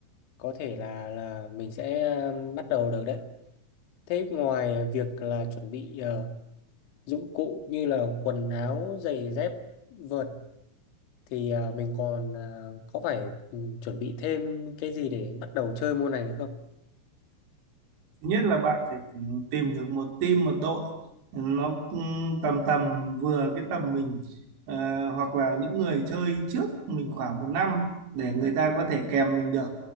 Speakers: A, on the left; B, on the right.
A: có thể là là mình sẽ ờ, bắt đầu được đấy. Thế ngoài việc là chuẩn bị ờ, dụng cụ như là quần áo, giày dép, vợt thì à, mình còn à, có phải ừ, chuẩn bị thêm cái gì để bắt đầu chơi môn này nữa không?
B: thứ nhất là bạn phải tìm được một team một đội nó ừm, tầm tầm vừa cái tầm mình Ờ, hoặc là những người chơi trước mình khoảng một năm để người ta có thể kèm mình được